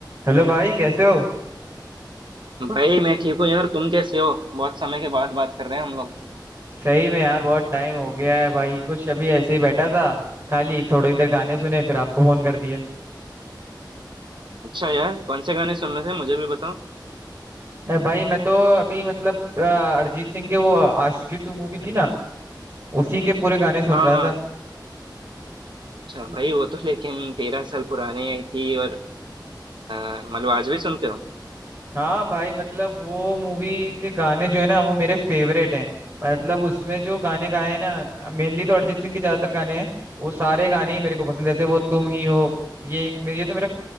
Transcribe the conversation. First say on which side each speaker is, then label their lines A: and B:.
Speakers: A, on the right; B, on the right.
A: Hello भाई कैसे हो
B: भाई मैं ठीक हूँ यार तुम कैसे हो बहुत समय के बाद बात कर रहे हैं हम लोग
A: सही में यार बहुत टाइम हो गया है भाई कुछ अभी ऐसे ही बैठा था खाली थोड़ी देर गाने सुने फिर आपको फोन कर दिया
B: अच्छा यार कौन से गाने सुन रहे थे मुझे भी बताओ
A: अरे भाई मैं तो अभी मतलब अ, अरिजीत सिंह के वो आशिकी टू मूवी थी ना उसी के पूरे गाने सुन
B: हाँ
A: रहा
B: हाँ
A: था
B: अच्छा भाई वो तो लेकिन तेरह साल पुराने आई थी और अ, मतलब आज भी सुनते हो
A: हाँ भाई मतलब वो मूवी के गाने जो है ना वो मेरे फेवरेट हैं मतलब उसमें जो गाने गाए हैं ना मेनली तो अरिजीत सिंह के ज्यादातर गाने हैं वो सारे गाने ही मेरे को पसंद है जैसे वो तुम ही हो ये एक मेरे- ये तो मेरा